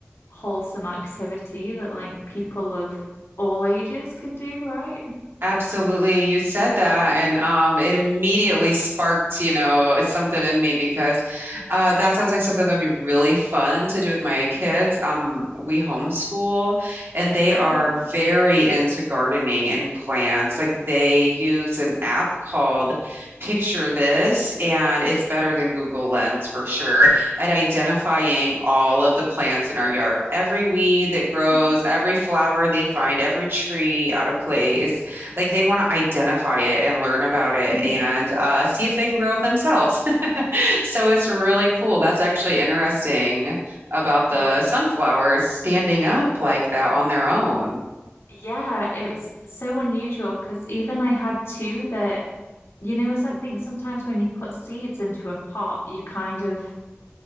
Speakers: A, on the left; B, on the right.
A: wholesome activity that like people of all ages can do right
B: Absolutely. You said that and um it immediately sparked, you know, something in me because uh that sounds like something that would be really fun to do with my kids. Um we homeschool and they
A: Oh,
B: are very into gardening and plants. Like they use an app called Picture This and it's better than Google Lens for sure at identifying all of the plants in our yard. Every weed that grows,
A: oh.
B: every flower they find, every tree out of place. Like they want to identify it and learn about
A: <laughs>
B: it and uh, see if they can grow it themselves. <laughs> So it's really cool. That's actually interesting about
A: Oh,
B: the sunflowers standing up like that on their own.
A: yeah, it was so unusual because even I had two that, you know, something sometimes when you put seeds into a pot, you kind of,